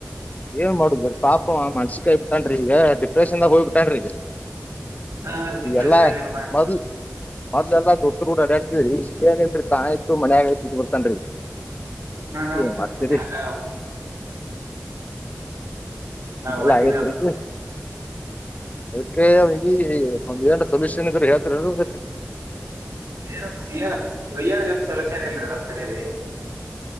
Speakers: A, on the left; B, on the right.
A: ಏನ್ ಮಾಡುದುದುರೀ ಪಾಪ ಮನ್ಸಿಕ್ಯಬ ಬಿಟ್ಟನ ಈಗ ಡಿಪ್ರೆಷನ್ದಾಗ ಹೋಗ್ಬ ಬ್ಯಾಡ್ರಿ
B: ಹಾ ರೀ ಡಿಪ್ರೆಷನ್
A: ಈಗೆಲ್ಲಾ
B: ಆಗ್ಯಾನ
A: ಮೊದ್ಲ್ ಮೊದ್ಲೂ ಎಲ್ಲಾ ದೋಸ್ತರು ಕೂಡ ಅಡಾಡ್ತಿದ್ರಿ <unintelligible> <unintelligible>
B: ಹಾ ಹಾ
A: ಏನ್
B: ರೀ
A: ಮಾಡ್ತೀರಿ
B: ಮನ್ಯಾಗ
A: ಎಲ್ಲಾ
B: ವಜ್ರಿ
A: ಐತ್ರಿಕ
B: ಅವೆಲ್ಲಾ ರೀ
A: ಅದಕ್ಕೆ ಈ ಒಂದ್ ಎರಡು ಸೊಲ್ಯೂಷನ್ ಇದ್ರ ಹೇಳ್ತದ
B: ಏ ಇಲ್ ಹುಡುಗಿರ್ ಸಲೂಷನ್ ಇಲ್ರೀ ನಮ್ಮ್ ಕಡೆ ರೀ